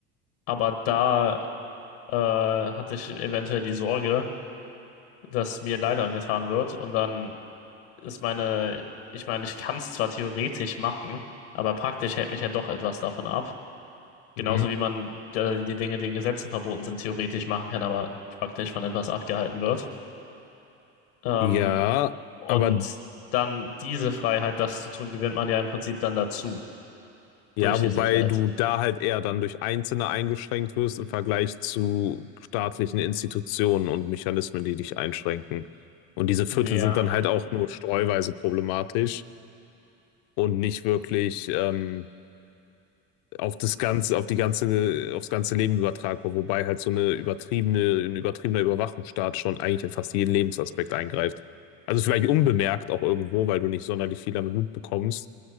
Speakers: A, on the left; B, on the left.
A: aber da äh, hatte ich eventuell die Sorge, dass mir Leid angetan wird. Und dann ist meine, ich meine, ich kann es zwar theoretisch machen, aber praktisch hält mich ja doch etwas davon ab. Genauso
B: Mhm.
A: wie man äh, die Dinge, die in Gesetzen verboten sind, theoretisch machen kann, aber praktisch von etwas abgehalten wird. Ähm,
B: Ja,
A: und
B: aber
A: dann diese Freiheit, das zu tun, gewinnt man ja im Prinzip dann dazu,
B: ja,
A: durch die
B: wobei
A: Sicherheit.
B: du da halt eher dann durch Einzelne eingeschränkt wirst im Vergleich zu staatlichen Institutionen und Mechanismen, die dich einschränken. Und diese Viertel
A: Ja,
B: sind dann halt auch nur streuweise problematisch und nicht wirklich ähm, auf das ganze, auf die ganze, aufs ganze Leben übertragbar, wobei halt so eine übertriebene, ein übertriebener Überwachungsstaat schon eigentlich in fast jeden Lebensaspekt eingreift. Also vielleicht unbemerkt auch irgendwo, weil du nicht sonderlich viel damit mitbekommst,